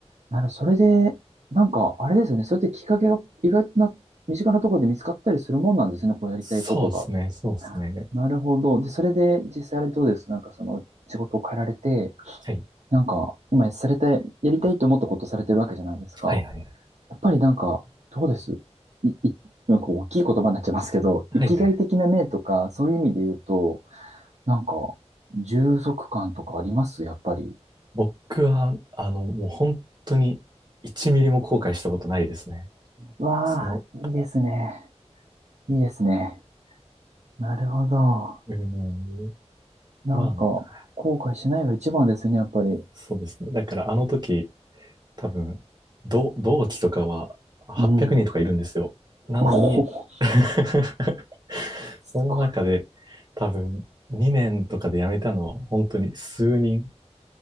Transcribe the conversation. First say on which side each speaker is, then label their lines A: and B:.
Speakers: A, on the right; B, on the right.
A: なるほど、それで、なんか、あれですよね。それってきっかけが意外な、身近なところで見つかったりするもんなんですね。こうやりたいことが。
B: そうですね、そうですね。
A: なるほど。で、それで実際あれどうですなんかその仕事を変えられて、
B: はい。
A: なんか今されたやりたいと思ったことされてるわけじゃないですか。
B: はいはいはい。
A: やっぱりなんか、どうですい、い、なんか大きい言葉になっちゃいますけど、
B: はいはい。
A: 生きがい的な面とか、そういう意味で言うと、なんか、充足感とかありますやっぱり。
B: 僕は、あの、もう本当に1ミリも後悔したことないですね。
A: わあ、
B: その
A: いいですね。いいですね。なるほど。
B: <laughs> うん、
A: なんか、
B: まあ、
A: 後悔しないが一番ですね、やっぱり。
B: そうですね。だからあの時、多分、同、同期とかは800人とかいるんですよ。
A: うん。
B: なのに
A: <laughs> おお、
B: <laughs>
A: すごい。
B: その中で多分2年とかで辞めたのは本当に数人、